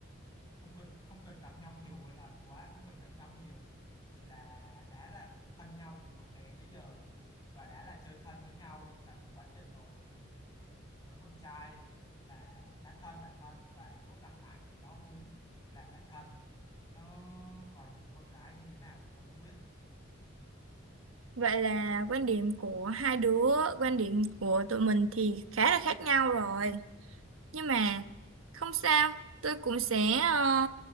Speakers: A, on the left (about 20°); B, on the right (about 90°).
A: không cần không cần gặp nhau nhiều lần quá không cần gặp nhau nhiều chỉ là đã là thân nhau từ hồi bé tới giờ và đã là chơi thân với nhau cả một quá trình rồi thì với con trai là đã thân là thân và có gặp lại thì nó cũng là bạn thân nó còn con gái như thế nào thì tôi không biết
B: Vậy là quan điểm của hai đứa, quan điểm của tụi mình thì khá là khác nhau rồi. Nhưng mà không sao, tôi cũng sẽ ờ,